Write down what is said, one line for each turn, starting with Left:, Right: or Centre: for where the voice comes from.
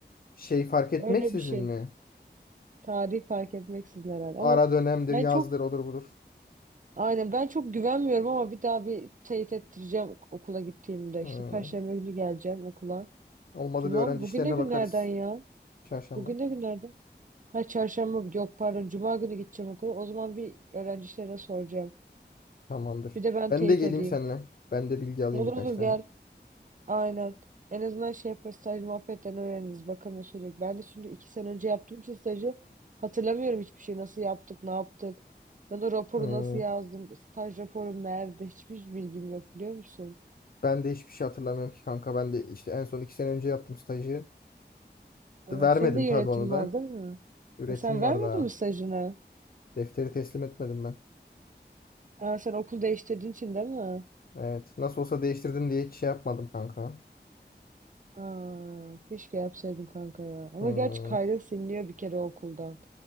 Left: Şey fark etmeksizin
Right: Öyle bir şey.
Left: mi?
Right: Tarih fark etmeksizin herhalde.
Left: Ara
Right: Ama
Left: dönemdir,
Right: ben
Left: yazdır,
Right: çok
Left: odur budur.
Right: Aynen ben çok güvenmiyorum ama bir daha bir teyit ettireceğim okula gittiğimde.
Left: Hı.
Right: İşte Perşembe günü geleceğim okula.
Left: Olmadı
Right: Cuma
Left: bir öğrenci
Right: mı? Bugün
Left: işlerine
Right: ne günlerden
Left: bakarız.
Right: ya?
Left: Çarşamba.
Right: Bugün ne günlerden? Ha çarşamba yok pardon cuma günü gideceğim okula. O zaman bir öğrencilere soracağım.
Left: Tamamdır.
Right: Bir de ben
Left: Ben
Right: teyit
Left: de geleyim
Right: edeyim.
Left: seninle. Ben de bilgi alayım
Right: Olur
Left: birkaç
Right: olur
Left: tane.
Right: gel. Aynen. En azından şey yaparız staj muhabbetten öğreniriz. Bakalım nasıl olacak. Ben de şimdi iki sene önce yaptığım için stajı hatırlamıyorum hiçbir şey. Nasıl yaptık, ne yaptık. Ben o raporu
Left: Hı.
Right: nasıl yazdım, staj raporum nerede hiçbir bilgim yok biliyor musun?
Left: Ben de hiçbir şey hatırlamıyorum ki kanka. Ben de işte en son iki sene önce yaptım stajı.
Right: Ee,
Left: Vermedim
Right: Senin de yönetim
Left: tabii onu da.
Right: var değil mi?
Left: Üretim
Right: E sen
Left: var
Right: vermedin
Left: daha.
Right: mi stajını?
Left: Defteri teslim etmedim ben.
Right: Ha, sen okul değiştirdiğin için değil mi?
Left: Evet. Nasıl olsa değiştirdim diye hiç şey yapmadım kanka.
Right: Aa, keşke yapsaydın kanka ya. Ama
Left: Hmm,
Right: gerçi kaydın siliniyor bir kere okuldan.